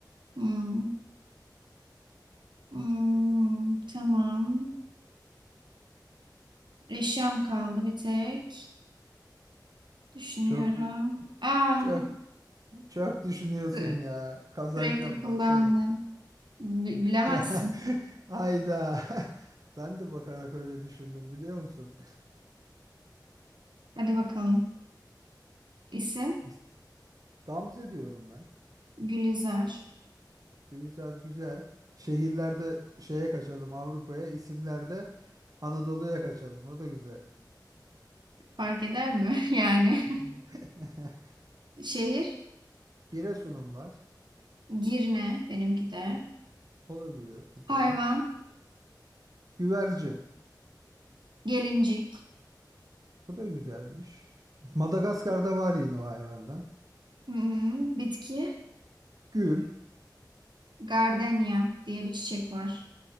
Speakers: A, on the right; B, on the right.
A: Hmm, hmm, tamam. Eşyam kaldı bir tek. Düşünüyorum.
B: Çok dü-
A: Aa,
B: çok çok düşünüyorsun
A: <laughs> sü-
B: ya. Kazanacağım
A: sürekli kullandım.
B: baksana.
A: Bi- Bilemezsin.
B: <laughs> Hayda. <laughs> Ben de bakarak öyle düşündüm biliyor musun?
A: Hadi bakalım. İsim
B: <laughs> Gamze diyorum ben.
A: Gülizar.
B: Güzel güzel. Şehirlerde şeye kaçalım Avrupa'ya, isimlerde Anadolu'ya kaçalım. O da güzel.
A: Fark eder mi? <laughs> Yani
B: <laughs>
A: şehir
B: Giresun'um var.
A: Girne benimki de.
B: Olabilir. Güzel.
A: Hayvan
B: Güvercin.
A: gelincik.
B: O da güzelmiş. Madagaskar'da var yine o hayvandan.
A: Hmm, bitki
B: Gül.
A: gardenya diye bir çiçek var.